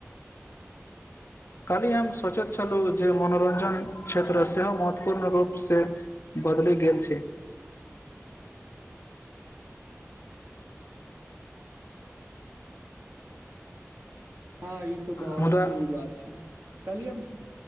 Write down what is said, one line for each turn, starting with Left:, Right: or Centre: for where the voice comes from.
Left: काल्हि हम सोचैत छलहुँ जे मनोरञ्जन क्षेत्र सेहो महत्वपूर्ण रूपसँ बदलि गेल छै।
Right: हँ ई त बहुत
Left: मुदा
Right: ई बात छै कलियियम